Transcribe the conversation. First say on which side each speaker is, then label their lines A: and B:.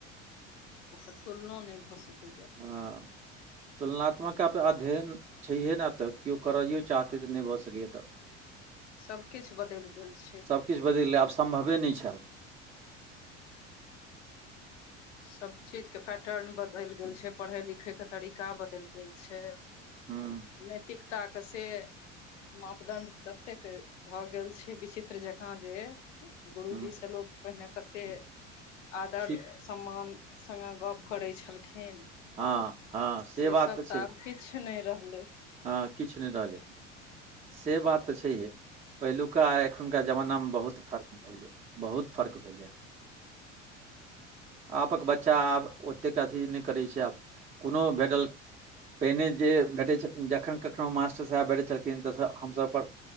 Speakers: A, on the left; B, on the right.
A: ओकर तुलनो नहि भऽ सकैए
B: हँ तुलनात्मक आब अध्ययन छैहे नै तऽ केओ करैओ चाहतै तऽ नहि भऽ सकैए तऽ
A: सभ किछ बदलि गेल छै
B: सब किछ बदलि गेलै आब सम्भवे नहि छै आब
A: सभ चीजके पैटर्न बदलि गेल छै, पढ़य लिखयके तरीका बदलि गेल छै
B: हूँ
A: नैतिकताके से मापदंड ततेक भऽ गेल छै विचित्र जकाँ जे गुरूजी
B: हूँ
A: सँ लोक पहिने कतेक आदर
B: सीख
A: सम्मान संगे गप करै छलखिन
B: हँ हँ
A: से
B: बात
A: सब
B: छै
A: तऽ आब किछ नहि रहलै
B: हँ किछ नहि रहलै से बात तऽ छैहे, पहिलुका एखुनका जमाना में बहुत फर्क भऽ गेलै बहुत फर्क भेलैये आबक बच्चा आब ओतेक अथी करै छै आब कोनो भेटल पहिने जे भेटै छत जखन कखनो मास्टर साहेब भेटैत छलखिन त हमसभ प्र